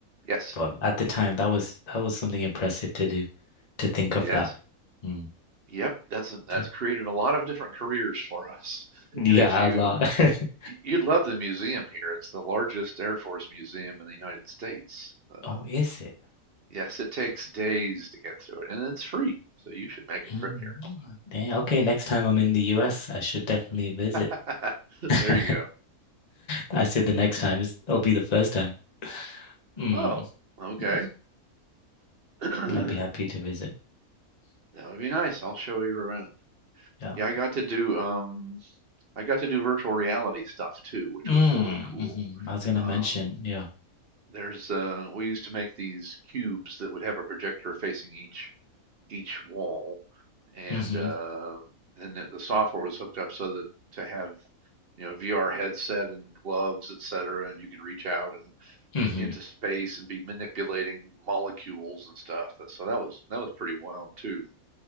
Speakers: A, on the right; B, on the left.
A: Yes,
B: But at the time, that was that was something impressive to do, to think
A: yes,
B: of that. Mm.
A: yep. That's that's
B: Okay.
A: created a lot of different careers for us.
B: Yeah,
A: And if you
B: a lot. <laughs>
A: Y- You'd love the museum here. It's the largest Air Force museum in the United States. Um,
B: Oh, is it?
A: yes, it takes days to get through it, and it's free, so you should make a
B: Mm.
A: trip here.
B: Dang, okay, next time I'm in the US, I should definitely visit.
A: <laughs>
B: <laughs>
A: There you go.
B: I say the next time is it'll be the first time. Mm.
A: Oh, okay.
B: <laughs>
A: <clears throat> That
B: Mm. I'd be happy to visit.
A: would be nice. I'll show you around.
B: Yeah.
A: Yeah, I got to do um I got to do virtual reality stuff too, which
B: Mm.
A: was really cool.
B: hmm I was gonna
A: Um,
B: mention, yeah.
A: there's uh we used to make these cubes that would have a projector facing each each wall. And
B: hmm
A: uh, then the software was hooked up so that to have, you know, VR headset and gloves, et cetera, and you could reach out and
B: hmm
A: into space and be manipulating molecules and stuff. uh, So that was that was pretty wild too.